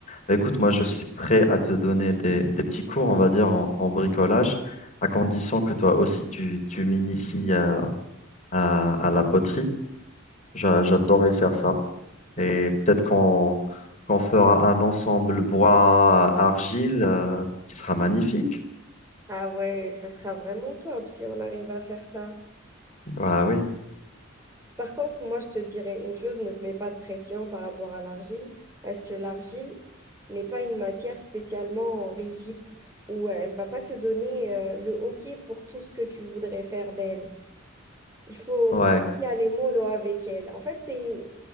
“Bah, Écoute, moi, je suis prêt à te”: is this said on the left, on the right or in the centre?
Left